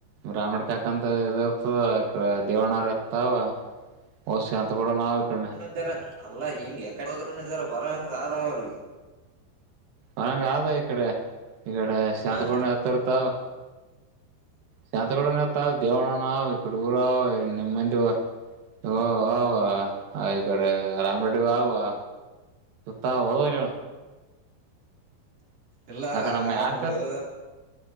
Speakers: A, on the right; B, on the right.
A: ರಾಮಡ್ ಕಾಕ ಅಂತ ಇ ಇರ್ತದ ಇಡೆ ದೇವಣರು ಇತಾವ. ಓ ಶಾಂತ್ ಕೂಡ ನಾವು ಯಾಕ್ ಕಡಿಮೆ
B: ಇತರ ಅಲ್ಲಾ ಹಿಂಗೆ ಯಕಡೆ ಹದ್ರ ಇದಾರ ಬರ ಹಂಗ ಆದ ಅವ್ರೂ.
A: ಹಂಗ ಅದ ಈಕಡೆ ಈಕಡೆ ಶಾಂತಕೋಣ್
B: ಹ
A: ಇರತ್ರತವ್ ಶಾಂತ ಕೂಡ ನ ಎತ್ತಾವ ದೇವಣನಾ ಇಕ್ಕಡ ಊರ ನಿಮ್ಮಂದಿ ಓಹ ವವಾ ಈ ಕಡೆ ರಾಮರೆಡ್ಡಿ ವವಾ ತಾ ಹೋರ್ಯಾ
B: ಇಲ್ಲ
A: ಆ ಕಡೆ
B: ಆಗ
A: ನಮ್ಮ ಯಾರ್ಕತ್
B: ನೋಡ್ದು